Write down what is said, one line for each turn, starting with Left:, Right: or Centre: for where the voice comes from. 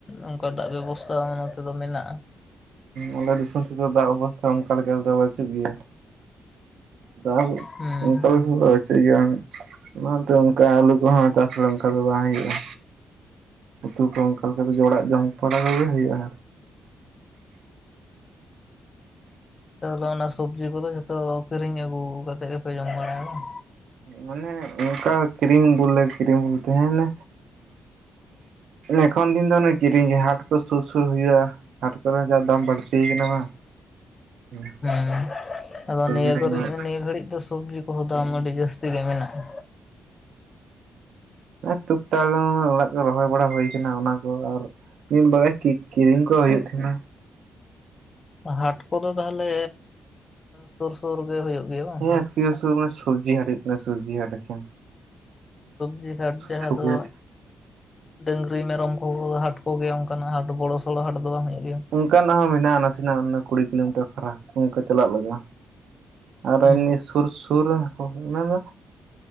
Left: ᱚᱱᱠᱟ ᱫᱟᱜ ᱵᱮᱵᱚᱥᱛᱟ ᱚᱱᱟᱛᱮᱫᱚ ᱢᱮᱱᱟᱜᱼᱟ
Right: ᱟᱞᱮ ᱫᱤᱥᱚᱢ ᱛᱮᱫ ᱫᱟᱜ ᱚᱵᱚᱥᱛᱷᱟ ᱚᱱᱠᱟ ᱞᱮᱠᱟᱮᱫ ᱵᱟᱹᱪᱩᱜ ᱜᱮᱭᱟ <inaudible> ᱫᱟᱜ <unintelligible>
Left: ᱦᱩᱸ
Right: <unintelligible> ᱟᱞᱮ ᱥᱮᱫ ᱫᱚ ᱵᱟᱪᱩᱜ ᱜᱮᱭᱟ ᱚᱱᱟᱛᱮ ᱚᱱᱠᱟ ᱟᱹᱞᱩ ᱠᱚᱦᱚᱸ ᱪᱟᱥ ᱚᱱᱠᱟ ᱫᱚ ᱵᱟᱝ ᱦᱩᱭᱩᱜᱼᱟ ᱩᱛᱩ ᱠᱚ ᱚᱱᱠᱟᱠᱟ ᱚᱲᱟᱜ ᱡᱚᱢ ᱵᱟᱲᱟ ᱠᱚᱜᱮ ᱦᱩᱭᱩᱜᱼᱟ᱾
Left: ᱛᱟᱦᱞᱮ ᱚᱱᱟ ᱥᱚᱵᱽᱡᱤ ᱠᱚᱫᱚ ᱡᱷᱚᱛᱚ ᱠᱤᱨᱤᱧ ᱟᱹᱜᱩ ᱠᱟᱛᱮᱜ ᱜᱮᱯᱮ ᱡᱚᱢ ᱵᱟᱲᱟᱭᱟ ᱵᱟᱝ?
Right: ᱢᱟᱱᱮ ᱚᱱᱠᱟ ᱠᱨᱤᱨᱤᱢ ᱵᱚᱞᱮ ᱠᱤᱨᱤᱢ ᱛᱟᱦᱮᱸᱱᱟ᱾ ᱮᱠᱷᱚᱱ ᱫᱤᱱ ᱫᱚ ᱚᱱᱮ ᱠᱤᱨᱤᱧ ᱜᱮ ᱦᱟᱴ ᱠᱚ ᱥᱩᱨ ᱥᱩᱨ ᱦᱩᱭᱩᱜᱼᱟ᱾ ᱦᱟᱴ ᱠᱚᱨᱮ ᱡᱟ ᱫᱟᱢ ᱵᱟᱹᱲᱛ ᱠᱟᱱᱟ ᱵᱟᱝ, <inaudible>
Left: ᱦᱩᱸ ᱟᱫᱚ
Right: ᱥᱚᱵᱽᱡᱤ
Left: ᱱᱤᱭᱟᱹ
Right: ᱦᱳᱭ
Left: ᱠᱚᱨᱮ ᱱᱤᱭᱟᱹ ᱜᱷᱟᱹᱲᱤᱡ ᱫᱚ ᱥᱚᱵᱡᱤ ᱠᱚᱦᱚᱸ ᱫᱟᱢ ᱟᱹᱰᱤ ᱡᱟᱹᱥᱛᱤ ᱜᱮ ᱢᱮᱱᱟᱜᱼᱟ᱾
Right: ᱦᱳᱭ ᱴᱩᱠ ᱴᱟᱠ ᱚᱲᱟᱜ ᱠᱚ ᱨᱚᱦᱚᱭ ᱵᱟᱲᱟ ᱦᱩᱭ ᱠᱟᱱᱟ ᱚᱱᱟ ᱠᱚ ᱟᱨ ᱢᱤᱫᱵᱟᱨᱮ ᱠᱤᱠ ᱠᱤᱨᱤᱧ ᱠᱚ ᱦᱩᱭᱩᱜ ᱛᱟᱦᱮᱸᱱᱟ᱾
Left: ᱦᱟᱴ ᱠᱚᱫᱚ ᱛᱟᱦᱚᱞᱮ ᱥᱩᱨ ᱥᱩᱨ ᱜᱮ ᱦᱩᱭᱩᱜ ᱜᱮᱭᱟ ᱵᱟᱝ?
Right: ᱦᱮᱸ ᱥᱩᱨ ᱥᱩᱨ ᱥᱚᱵᱡᱤ ᱦᱴᱤᱴ ᱥᱚᱵᱡᱤ ᱦᱟᱴ ᱮᱠᱮᱱ᱾
Left: ᱥᱚᱵᱡᱤ ᱦᱟᱴ ᱡᱟᱦᱟᱸ
Right: ᱥᱩᱯᱩᱨ
Left: ᱫᱚ ᱰᱟᱹᱝᱨᱤ ᱢᱮᱨᱚᱢ ᱠᱚ ᱦᱟᱴ ᱠᱚᱜᱮᱭᱟ ᱚᱱᱠᱟᱱᱟᱜ ᱦᱟᱴ ᱵᱚᱲᱚ ᱥᱚᱲᱚ ᱦᱟᱴ ᱫᱚ ᱵᱟᱝ ᱦᱩᱭᱩᱜ ᱜᱮᱭᱟ?
Right: ᱚᱱᱠᱟᱱᱟᱜ ᱦᱚᱸ ᱦᱮᱱᱟᱜᱼᱟ ᱱᱟᱥᱮᱱᱟᱜ ᱠᱩᱲᱤ ᱠᱤᱞᱳᱢᱤᱴᱟᱨ ᱯᱷᱟᱨᱟ ᱚᱱᱠᱟ ᱪᱟᱞᱟᱜ ᱞᱟᱜᱼᱟ᱾ ᱟᱨ
Left: ᱦᱩᱸ᱾
Right: ᱮᱢᱱᱤ ᱥᱩᱨ ᱥᱩᱨ ᱚᱱᱟ ᱫᱚ